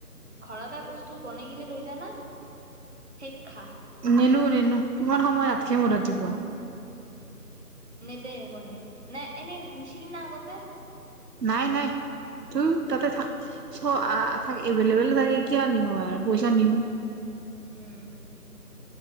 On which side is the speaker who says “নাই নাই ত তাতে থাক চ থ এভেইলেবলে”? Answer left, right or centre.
Right